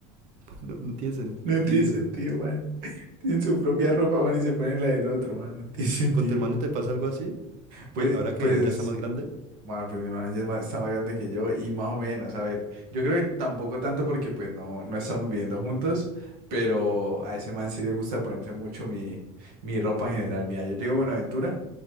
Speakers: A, on the right; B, on the right.
A: no, no tiene sentido.
B: No tiene sentido, man. Tienen su propia ropa, van y se ponen la del otro, man. No tiene <laughs> sentido,
A: ¿Con tu hermano
B: weón.
A: te pasa algo así?
B: Pues,
A: Ahora que
B: pues,
A: él ya está más grande.
B: bueno, pues mi hermano ya es más- está más grande que yo y más o menos, a ver, yo creo que tampoco tanto porque pues no, no estamos viviendo juntos, pero a ese man sí le gusta ponerse mucho mi, mi ropa en general. Mira, yo llego a Buenaventura